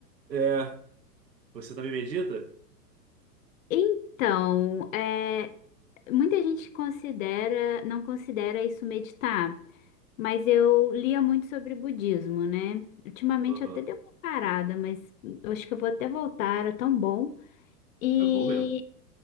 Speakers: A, on the right; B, on the left.
A: É, você também medita?
B: Então, é, muita gente considera, não considera isso meditar, mas eu lia muito sobre budismo, né? Ultimamente
A: Aham,
B: eu até dei uma parada, mas eu acho que eu vou até voltar, era tão bom. e
A: É bom mesmo.